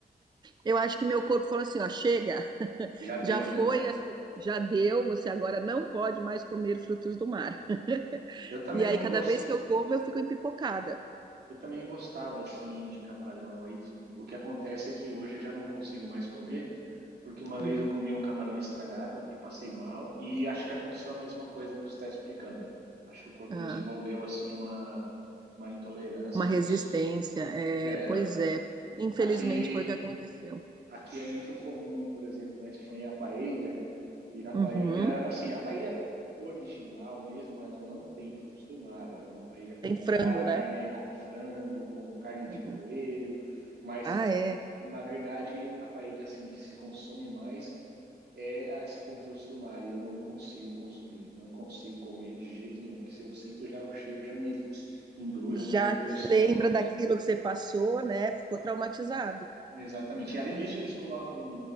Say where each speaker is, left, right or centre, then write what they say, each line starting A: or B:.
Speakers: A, on the right; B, on the right.
A: Eu acho que meu corpo falou assim, ó, chega,
B: Já deu,
A: já foi
B: né?
A: a sua, já deu, você agora não pode mais comer frutos do mar. <laughs>
B: Eu também
A: E aí cada
B: gos-
A: vez que eu como, eu fico empipocada.
B: eu também gostava assim de camarão. E o que acontece é que hoje eu já não consigo mais comer, porque uma vez
A: Hum,
B: eu comi um camarão estragado e passei mal, e acho que aconteceu a mesma coisa que você está explicando. Acho que o corpo
A: ah,
B: desenvolveu assim uma, uma intolerância
A: uma resistência.
B: a isso.
A: É,
B: É,
A: pois é. Infelizmente
B: aqui
A: foi o que aconteceu.
B: Aqui é muito comum, por exemplo, na Espanha, a paella. E na
A: Uhum.
B: paella, assim, a paella original mesmo, ela não tem frutos do mar. Ela é uma paella com
A: Tem frango,
B: carne,
A: né?
B: com frango, com carne de
A: Uhum.
B: coelho. Mas,
A: Ah, é.
B: na verdade, a paella, assim, que se consome mais é essa com frutos do mar. E eu não consigo consumir, não consigo comer de jeito nenhum. Porque se eu sinto já o cheiro, já me embrulha
A: Já
B: um pouco
A: te
B: o estômago.
A: lembra daquilo que você passou, né? Ficou traumatizado.
B: Exatamente. E além disso, eles colocam